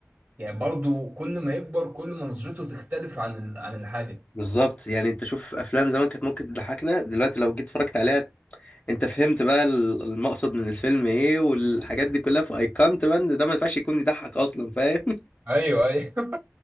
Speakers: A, on the right (about 45°); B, on the left (about 30°).
A: يعني برضو كل ما يكبر كل ما نظرته تختلف عن ال- عن الحاجة
B: بالظبط يعني انت شوف افلام زمان كانت ممكن تضحكنا دلوقتي لو جيت اتفرجت عليها انت فهمت بقى ال- المقصد من الفيلم ايه والحاجات دي كلها فايقنت بقى ان ده ما ينفعش يكون يضحك اصلا فاهم
A: ايوه ايوه <laughs>